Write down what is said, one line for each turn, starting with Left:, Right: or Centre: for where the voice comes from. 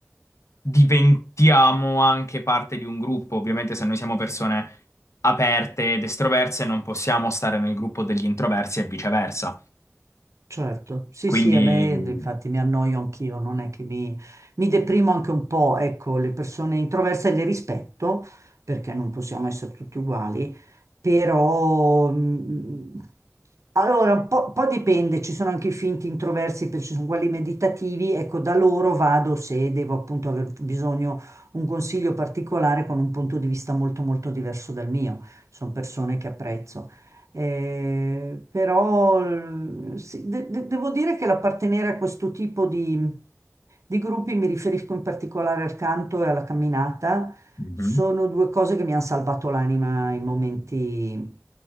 Left: diventiamo anche parte di un gruppo. Ovviamente se noi siamo persone aperte ed estroverse non possiamo stare nel gruppo degli introversi e viceversa.
Right: Certo, sì,
Left: Quindi
Right: sì, e beh, infatti mi annoio anch'io, non è che mi, mi deprimo anche un po', ecco, le persone introverse le rispetto, perché non possiamo essere tutti uguali, però mm, mm, allora un po', po' dipende, ci sono anche i finti introversi, per- ci sono quelli meditativi, ecco, da loro vado se devo appunto aver bisogno un consiglio particolare con un punto di vista molto molto diverso dal mio, sono persone che apprezzo. Eh, però l- sì, de- de- devo dire che l'appartenere a questo tipo di, di gruppi, mi riferisco in particolare al canto e alla camminata,
Left: Mhm.
Right: sono due cose che mi hanno salvato l'anima in momenti